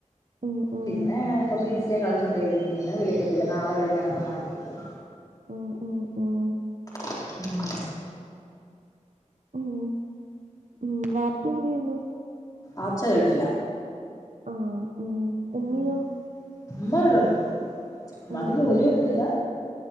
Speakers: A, on the right; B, on the left.
A: ഉം ഉം
B: പിന്നെ കുറച്ച് ഇൻസ്റ്റെ കളിച്ചോണ്ടിരിക്കും പിന്നെ വിളിക്കത്തില്ല നാളെ വിളിക്കാന്ന് പറഞ്ഞ് വെക്കും
A: ഓഹ് ഓഹ് മം
B: ഉം
A: മം മം വാപ്പി എന്ത് ചെയ്യുന്നു
B: ആച്ച ഗൾഫില
A: ആഹ് ഉം ഉമ്മിയോ
B: ആഹ് ഉമ്മ ഇവിടെ ഉണ്ട്. ഉമ്മാക്ക്
A: ഉം
B: ജോലിയൊന്നുംല്ല
A: ഉം